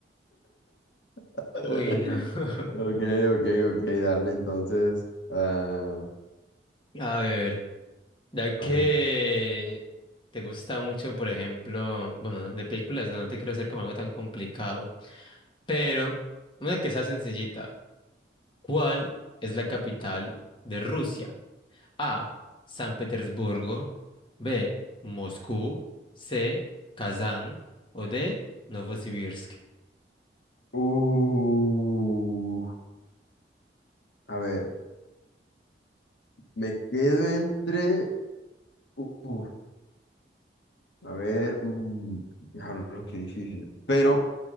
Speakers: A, on the left; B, on the left.
A: <laughs>
B: Uy, no. <laughs>
A: Ok, ok, ok, dale entonces. ah,
B: A ver. Ya que
A: a ver.
B: te gusta mucho, por ejemplo, bueno, de películas, no no te quiero hacer como algo tan complicado, pero una que sea sencillita. ¿Cuál es la capital de Rusia? A. San Petersburgo. B. Moscú. C. Kazán. O D. Novosibirsk.
A: Uh, A ver, me quedo entre. Uf, a ver, mm, diablo, qué difícil. Pero